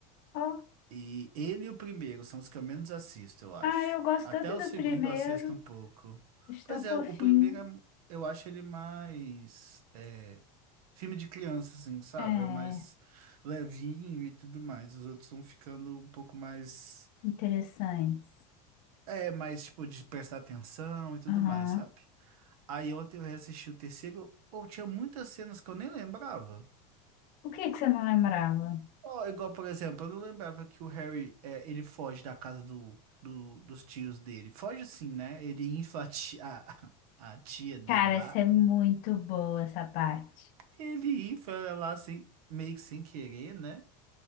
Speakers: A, on the left; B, on the right.
A: Ó,
B: E ele e o primeiro são os que eu menos assisto, eu acho.
A: Ah, eu gosto
B: Até
A: tanto
B: o
A: do
B: segundo
A: primeiro.
B: eu assisto um pouco.
A: Eles
B: Pois
A: tão fofinhos.
B: é, o primeiro é- eu acho ele mais. é, Filme de criança, assim, sabe?
A: É,
B: É mais levinho e tudo mais. Os outros vão ficando um pouco mais.
A: interessantes.
B: É, mais tipo de prestar atenção e tudo
A: Aham.
B: mais, sabe? Aí ontem eu reassisti o terceiro. Ou tinha muitas cenas que eu nem lembrava.
A: O que que você não lembrava?
B: Ó, igual, por exemplo, eu não lembrava que o Harry, é, ele foge da casa do, do- dos tios dele. Foge assim, né? Ele infla a ti- a- a tia dele
A: Cara,
B: lá.
A: essa é muito boa, essa parte.
B: Ele infla ela lá sem, meio que sem querer, né?